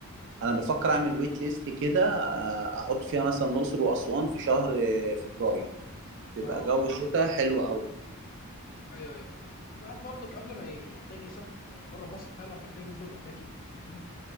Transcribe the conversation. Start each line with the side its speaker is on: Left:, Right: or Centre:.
Right: انا بفكر اعمل ويت ليست كده آه، احط فيها مثلا الاقصر واسوان في شهر آه، فبراير تبقى
Left: اه
Right: جو شتاء حلو قوي
Left: ايوه ايوه الواحد برضك قبل ما يحتاج يسافر في بره مصر فعلا محتاج يزور الاماكن دي فاهمني